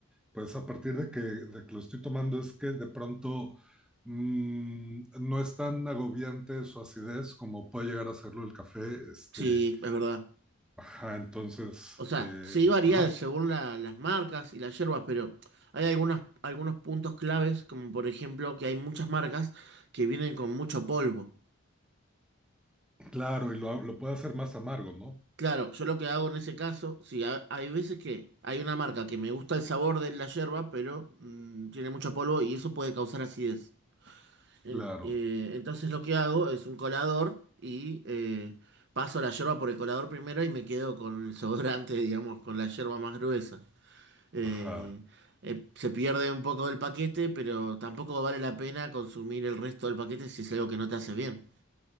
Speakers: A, in the centre; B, on the right.
A: pues a partir de que, de que lo estoy tomando es que de pronto mm, no es tan agobiante su acidez como puede llegar a serlo el café, este,
B: sí, es verdad.
A: ajá, entonces,
B: O sea,
A: eh,
B: sí varía
A: ajá,
B: según la- las marcas y las hierbas, pero hay algunas, algunos puntos claves, como por ejemplo que hay muchas marcas que vienen con mucho polvo.
A: claro, y lo, lo puede hacer más amargo, ¿no?
B: Claro, yo lo que hago en ese caso, sí, ha- hay veces que hay una marca que me gusta el sabor de la yerba, pero mm, tiene mucho polvo y eso puede causar acidez. En-
A: Claro,
B: eh, entonces lo que hago es un colador y eh, paso la yerba por el colador primero y me quedo con el sobrante, <laughs> digamos, con la yerba más gruesa. Eh,
A: ajá.
B: eh, se pierde un poco del paquete, pero tampoco vale la pena consumir el resto del paquete si es algo que no te hace bien.